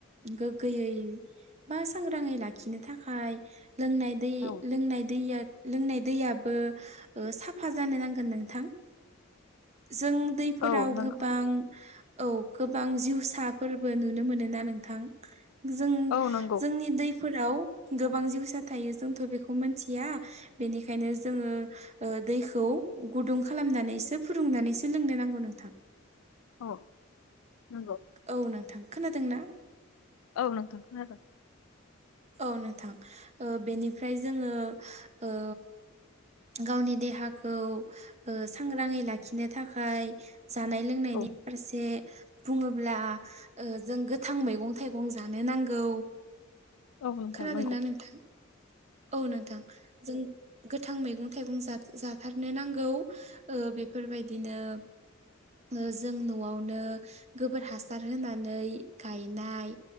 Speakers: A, on the right (about 30°); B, on the left (about 80°).
A: गोग्गोयै बा सांग्राङै लाखिनो थाखाय लोंनाय दै
B: औ
A: लोंनाय दैया लोंनाय दैयाबो साफा जानो नांगोन नोंथां। जों दैफोराव
B: औ नोंखौ
A: गोबां औ गोबां जिउसाफोरबो नुनो मोनोना नोंथां? जों
B: औ नंगौ
A: जोंनि दैफोराव गोबां जिउसा थायो जोंथ' बेखौ मिथिया बेनिखायनो जोङो दैखौ गुदुं खालामनानै सो फुदुंनानैसो लोंनो नांगौ नोंथां।
B: अ नंगौ।
A: औ नोंथां खोनादों ना?
B: औ नोंथां खोनादों।
A: औ नोंथां बेनिफ्राय ओ जोङो ओ गावनि देहाखौ ओ सांग्राङै लाखिनो थाखाय जानाय लोंनायनि
B: औ
A: फारसे बुङोब्ला जों गोथां मैगं थाइगं जानो नांगौ
B: औ नोंथां
A: खोनादोंना
B: नंगौ
A: नोंथां औ नोंथां जों गोथां मैगं थाइगं जाथारनो नांगौ ओ बेफोरबायदिनो ओ जों न'आवनो गोबोर हासार होनानै गायनाय